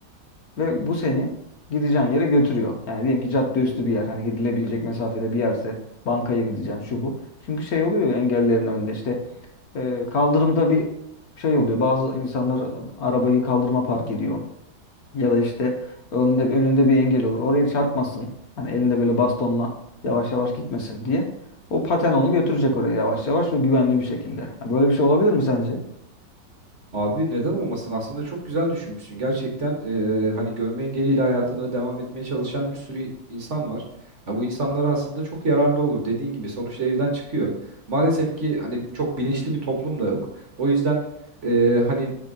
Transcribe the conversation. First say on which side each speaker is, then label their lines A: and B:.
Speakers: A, on the left; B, on the right.
A: ve bu seni gideceğin yere götürüyor. Yani diyelim ki cadde üstü bir yer, hani gidilebilecek mesafede bir yerse bankaya gideceksin şu bu. Çünkü şey oluyor ya, engellerin önünde işte E, kaldırımda bir şey oluyor. Bazı insanlar arabayı kaldırıma park ediyor. Ya da işte önünde, önünde bir engel olur. Oraya çarpmasın. Hani elinde böyle bastonla yavaş yavaş gitmesin diye. O paten onu götürecek oraya yavaş yavaş ve güvenli bir şekilde. Ha, Böyle bir şey olabilir mi sence?
B: Abi neden olmasın? Aslında çok güzel düşünmüşsün. Gerçekten e, hani görme engeliyle hayatına devam etmeye çalışan bir sürü insan var. Ya bu insanlara aslında çok yararlı olur. Dediğin gibi sonuçta evden çıkıyor. Maalesef ki hani çok bilinçli bir toplum da yok. O yüzden e, hani